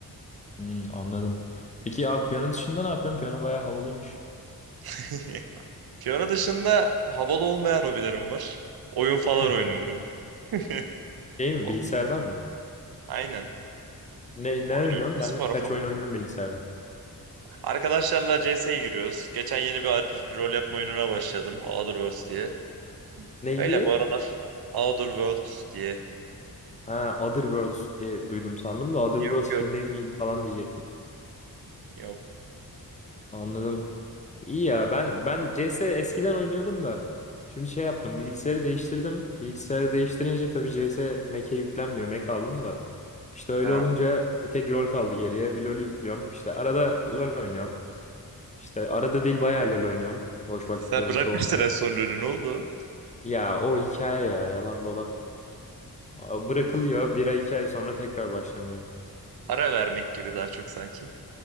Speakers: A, on the left; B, on the right.
A: Hmm, anladım. Peki ya piyano dışında ne yapıyorsun? Piyano bayağı havalıymış.
B: <laughs> Piyano dışında havalı olmayan hobilerim var. Oyun falan
A: <laughs>
B: oynuyorum. <laughs>
A: Şey mi
B: O-
A: bilgisayardan mı?
B: Aynen.
A: Ne, ne
B: Oyun
A: oynuyorsun?
B: oynuyorum. Spora
A: Ben de birkaç
B: falan
A: oyun
B: gidiyorum.
A: oynuyorum bilgisayardan.
B: Arkadaşlarla CS'ye giriyoruz. Geçen yeni bir RPG rol yapma oyununa başladım. Outer Worlds diye.
A: Ne
B: Öyle
A: diye?
B: bu aralar. Outer Worlds diye.
A: Ha, Other Worlds diye duydum sandım da Other
B: Yok
A: Worlds
B: yok.
A: film değil miydi falan diyecektim.
B: Yok.
A: Anladım. İyi ya ben ben CS eskiden oynuyordum da şimdi şey yaptım bilgisayarı değiştirdim. Bilgisayarı değiştirince tabii CS Mac'e yüklenmiyor. Mac aldım da. İşte öyle
B: Ha.
A: olunca bir tek LoL kaldı geriye. Bir LoL'ü yüklüyorum. İşte arada LoL oynuyorum. İşte arada değil bayağı LoL oynuyorum. Boş vakitlerin
B: Sen bırakmıştın
A: çoğunda.
B: en son LoL'ü ne oldu?
A: Ya o hikaye ya yalan dolan. A- Bırakılıyor bir ay iki ay sonra tekrar başlanıyor.
B: Ara vermek gibi daha çok sanki.